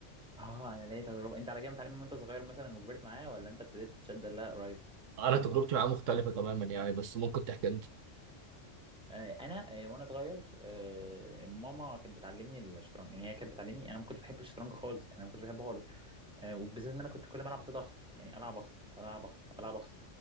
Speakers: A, in the centre; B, on the right.
A: اه انا ليا تجربه انت على كده متعلم من وانت صغير مثلا وكبرت معاه ولا انت ابتديت تتشد لها قريب
B: أنا تجربتي معاها مختلفة تماما يعني بس ممكن تحكي أنت
A: آه، انا آه، وانا صغير آه، ماما كانت بتعلمني الشطرنج يعني هي كانت بتعلمني انا ما كنتش بحب الشطرنج خالص يعني انا ما كنتش بحبه خالص آه، وبالذات ان انا كنت كل ما العب قصاد اخسر يعني العب اخسر العب اخسر العب اخسر